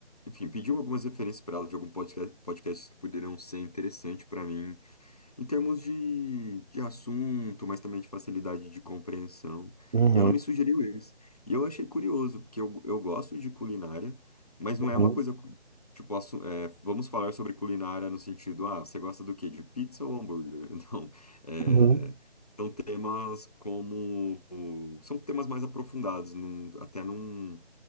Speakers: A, on the left (about 35°); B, on the right (about 50°).
A: enfim, pediu algumas referências para ela de algum podcast, podcasts que poderiam ser interessantes para mim em termos de, de assunto, mas também de facilidade de compreensão.
B: Uhum,
A: E ela me sugeriu esse. E eu achei curioso, porque eu, eu gosto de culinária, mas
B: uhum,
A: não é uma coisa, cu- tipo, assu- é, vamos falar sobre culinária no sentido, ah, você gosta do quê? De pizza ou hambúrguer? <laughs> Não. É,
B: uhum,
A: são temas como. São temas mais aprofundados, num- até num